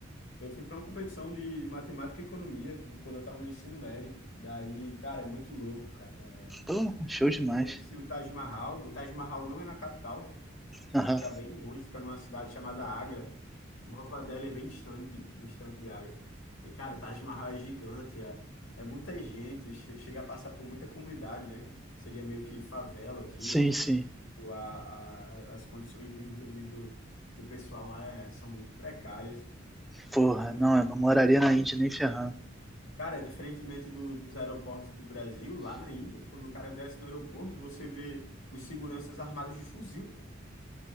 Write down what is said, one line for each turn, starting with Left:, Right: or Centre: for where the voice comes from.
Left: Eu fui para uma competição de matemática e economia quando eu estava no ensino médio. Daí, cara, é muito louco, cara.
Centre: Pô, show demais.
Left: Eu conheci o Taj Mahal. O Taj Mahal não é na capital.
Centre: Aham.
Left: Fica bem longe, fica numa cidade chamada Agra. Nova Delhi é bem distante, distante de Agra. E, cara, o Taj Mahal é gigante, é, é muita gente, che- chega a passar por muita comunidade, né? Seria meio que favela aqui.
Centre: Sim, sim.
Left: Tipo, a, a, as condições de higiene do, do pessoal lá é- são muito precárias.
Centre: Porra,
Left: E,
Centre: não,
Left: e,
Centre: eu não moraria
Left: e,
Centre: na Índia
Left: tipo,
Centre: nem ferrando.
Left: cara, é diferentemente do, dos aeroportos do Brasil, lá na Índia, quando o cara desce no aeroporto, você vê os seguranças armados de fuzil, pô.